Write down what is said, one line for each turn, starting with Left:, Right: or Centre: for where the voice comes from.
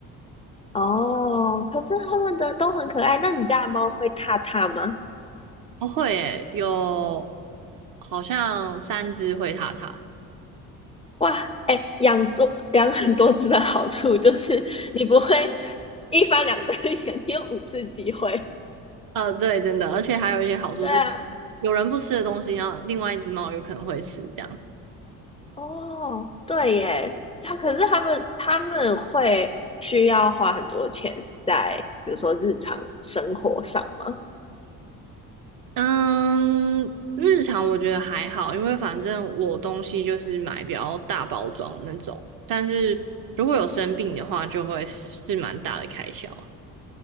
Left: 哦，可是他们的都很可爱。那你家的猫会踏踏吗？
Right: 哦，会诶，有好像三只灰塔塔。
Left: 哇，哎，养多 <laughs> 养很多只的好处就是你不会一翻两瞪眼，<laughs> 你有五次机会。
Right: 呃，对，真的，而且还有一些好处是，
Left: 对啊，
Right: 有人不吃的东西，然后另外一只猫有可能会吃，这样。
Left: 哦，对耶，它可是他们他们会需要花很多钱在比如说日常生活上吗？
Right: 嗯，日常我觉得还好，因为反正我东西就是买比较大包装那种，但是如果有生病的话，就会是蛮大的开销啊。